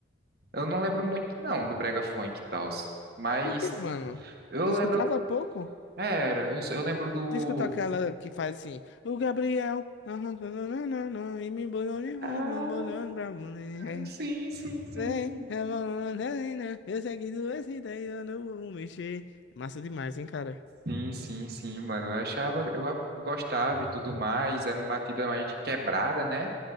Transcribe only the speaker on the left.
Por que, mano?
Tu escutava
pouco?
Tu escuta aquela que faz assim, o Gabriel, nananana, e me botou de mano,
botou pra mulher.
Vem,
é banana, Eu sei que tu é assim, daí eu não vou mexer. Massa demais, hein, cara?